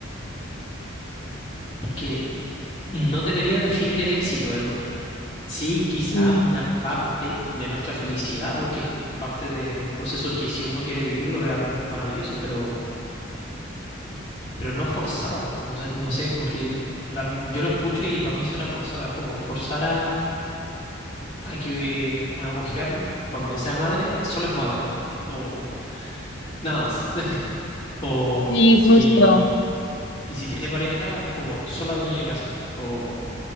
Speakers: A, on the left; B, on the left.
A: porque no debería definir el éxito eso. Sí, quizás
B: Mm,
A: una parte de nuestra felicidad, porque es parte de un proceso que si uno quiere vivirlo es algo maravilloso, pero pero no forzado. No sé, no sé, porque la mi- yo lo escucho y para mí suena forzado. Es como forzar a, a que una mujer, cuando sea madre, solo es madre. O nada más. <laughs> O
B: Sí,
A: si,
B: justo.
A: y si tiene pareja, es como sola dueña de casa. O